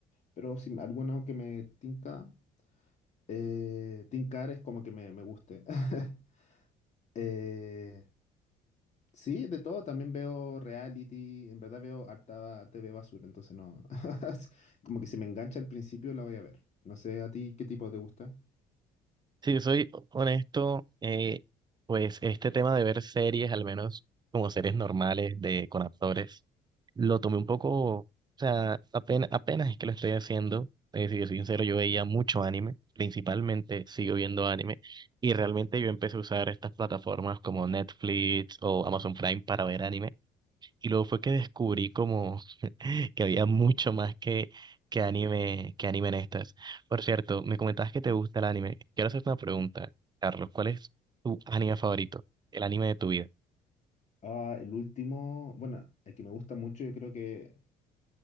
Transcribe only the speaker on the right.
Si soy honesto, eh, pues este tema de ver series, al menos como series normales de con actores, lo tomé un poco, o sea, apenas, apenas es que lo estoy haciendo. Eh, si yo soy sincero, yo veía mucho anime, principalmente sigo viendo anime, y realmente yo empecé a usar estas plataformas como Netflix o Amazon Prime para ver anime. Y luego fue que descubrí como <laughs> que había mucho más que, que anime, que anime en estas. Por cierto, me comentabas que te gusta el anime. Quiero hacerte una pregunta, Carlos. ¿Cuál es tu anime favorito? El anime de tu vida.